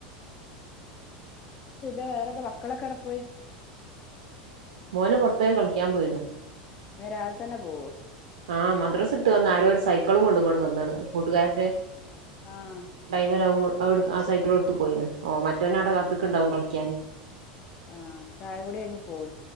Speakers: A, on the left; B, on the right.
A: പിന്നെ വേറെന്താ മക്കളൊക്കെ എടെ പോയി
B: മോന് പുറത്തേക്ക് കളിക്കാൻ പോയിണ്
A: രാവിലെ തന്നെ പോവോ
B: ആ മദ്രാസ് ഇട്ട് വന്ന ആരോ ഒരു സൈക്കിളും കൊണ്ടും ഇങ്ങോട്ട് വന്ന്ണ് കൂട്ടുകാരന്റെ
A: ആഹ്
B: ഡൈവ <unintelligible> അവു ആ സൈക്കിളും എടുത്തു പോയിണ് ഓ മറ്റോൻ അവടെ കാത്ക്കണ്ടാവും കളിക്കാന്
A: ആ ചായ കൂടി കഴിഞ്ഞ് പോയി.